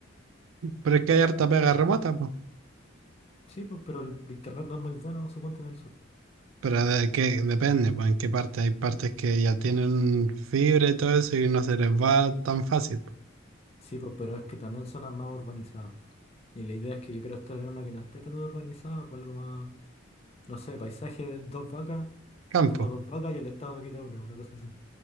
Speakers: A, on the right; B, on the left.
A: Pero es que hay harta pega remota, pues.
B: Sí, pues, pero el internet no es muy bueno, suponte en el sur.
A: Pero de qué depende, pues en qué parte. Hay partes que ya tienen fibra y todo eso y no se les va tan fácil. po.
B: Sí, pues, pero es que también zonas más urbanizadas, po. Y la idea es que yo quiero estar en una que no esté tan urbanizada, pues algo más, no sé, paisaje, dos vacas. <laughs>
A: Campo.
B: Tengo dos vacas y el Estado me quita una, una cosa así.